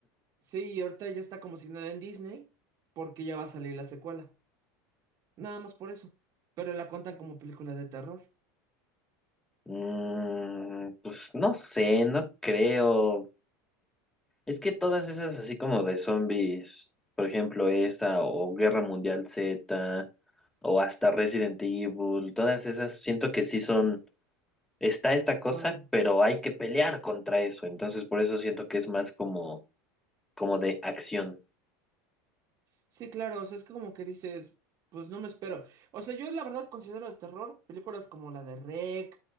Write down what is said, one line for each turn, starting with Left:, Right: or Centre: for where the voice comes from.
Right: Sí, y ahorita ya está como si nada en Disney, porque ya va a salir la secuela. Nada más por eso. Pero la cuentan como película de terror.
Centre: Mm, pues no sé, no creo. Es que todas esas así como de zombies, por ejemplo esta o Guerra Mundial Z o hasta Resident Evil, todas esas siento que sí son, está esta cosa,
Right: Más,
Centre: pero hay que pelear contra eso, entonces por eso siento que es más como, como de acción.
Right: Sí, claro, o sea, es que como que dices, pues no me espero. O sea, yo la verdad considero de terror películas como la de REC,